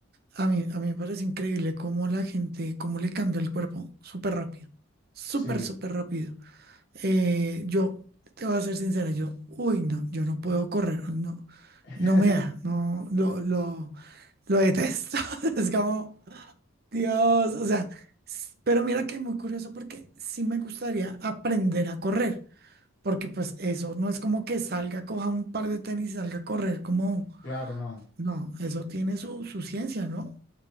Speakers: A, on the right; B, on the left.
A: a mí, a mí me parece increíble cómo la gente, cómo le cambia el cuerpo súper rápido. Súper,
B: Sí.
A: súper rápido. Eh, yo te voy a ser sincera, yo, uy, no, yo no puedo correr, no,
B: <laughs>
A: no me da, no, lo, lo, lo detesto. <laughs> Es como... Dios, o sea, s- pero mira que es muy curioso porque sí me gustaría aprender a correr, porque pues eso no es como que salga, coja un par de tenis y salga a correr, como,
B: Claro, no.
A: no, eso tiene su, su ciencia, ¿no?